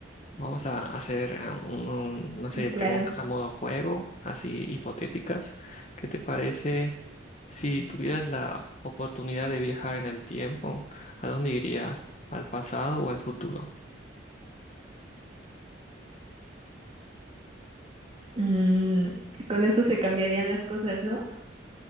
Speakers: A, on the left; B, on the right.
A: Vamos a hacer eh, un- un- una serie
B: Mm,
A: de preguntas
B: Claro.
A: a modo juego, así hipotéticas. ¿Qué te parece si tuvieras la oportunidad de viajar en el tiempo? ¿A dónde irías? ¿Al pasado o al futuro?
B: Mm, con eso se cambiarían las cosas, ¿no?